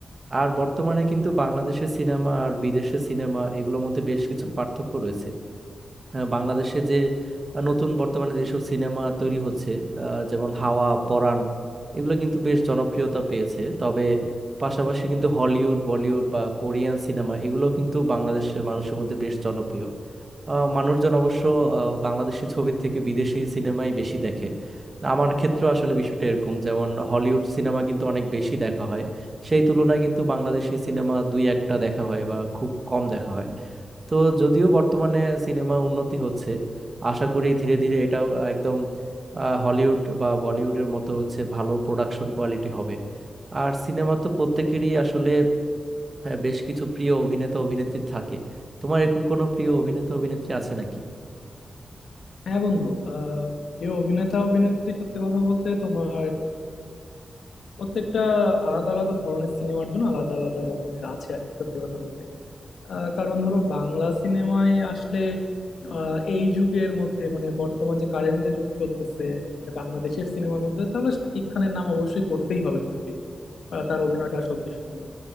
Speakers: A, on the right; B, on the left.
A: আর বর্তমানে কিন্তু বাংলাদেশের সিনেমা আর বিদেশের সিনেমা এগুলোর মধ্যে বেশ কিছু পার্থক্য রয়েছে আহ, বাংলাদেশে যে আহ, নতুন বর্তমানে যেসব সিনেমা তৈরি হচ্ছে আহ, যেমন হাওয়া পরাণ এগুলো কিন্তু বেশ জনপ্রিয়তা পেয়েছে তবে পাশাপাশি কিন্তু হলিউড বলিউড বা কোরিয়ান সিনেমা এগুলো কিন্তু বাংলাদেশের মানুষের মধ্যে বেশ জনপ্রিয় আহ, মানুষজন অবশ্য আহ, বাংলাদেশি ছবির থেকে বিদেশি সিনেমাই বেশি দেখে আমার ক্ষেত্রে আসলে বিষয়টা এরকম যেমন হলিউড সিনেমা কিন্তু অনেক বেশি দেখা হয় সেই তুলনায় কিন্তু বাংলাদেশি সিনেমা দুই একটা দেখা হয় বা খুব কম দেখা হয় তো যদিও বর্তমানে সিনেমা উন্নতি হচ্ছে আশা করি ধীরে ধীরে এটাও একদম আহ, হলিউড বা বলিউডের মতো হচ্ছে ভালো প্রোডাকশন কোয়ালিটি হবে আর সিনেমা তো প্রত্যেকেরই আসলে আহ, বেশ কিছু প্রিয় অভিনেতা অভিনেত্রী থাকে তোমার এরকম কোনো প্রিয় অভিনেতা অভিনেত্রী আছে নাকি
B: হ্যাঁ বন্ধু আহ প্রিয় অভিনেতা অভিনেত্রী সত্যি কথা বলতে তোমার প্রত্যেকটা আলাদা আলাদা ধরনের সিনেমার জন্য আলাদা আলাদা রকমের আছে আর কি সত্যি কথা বলতে আহ, কারণ ধরো বাংলা সিনেমায় আসলে আহ, এই যুগের মধ্যে মানে বর্তমান যে কারেন্ট যে যুগ চলতেছে মানে বাংলাদেশের সিনেমার মধ্যে তাহলে শাকিব খানের নাম অবশ্যই করতেই হবে তোমাকে আহ, তার অভিনয়টা সত্যি সুন্দর